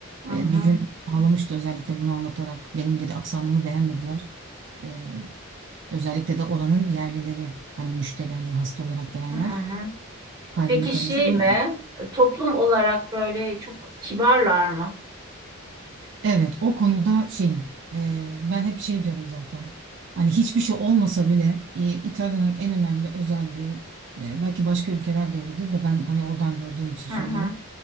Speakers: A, on the right; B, on the right.
A: Hı hı.
B: E, bir gün ağlamıştı özellikle bunu anlatarak. Benim dedi aksanımı beğenmediler. E, Özellikle de oranın yerlileri hani müşteri hani hasta olarak gelenler
A: Hı hı.
B: kalbini
A: Peki
B: kırmış.
A: şey
B: O-
A: mi? Toplum olarak böyle çok kibarlar mı?
B: Evet o konuda şeyim e, ben hep şey diyorum zaten hani hiçbir şey olmasa bile e, İtalya'nın en önemli özelliği e, belki başka ülkelerde öyledir de ben hani oradan gördüğüm için
A: Hı
B: söylüyorum.
A: hı.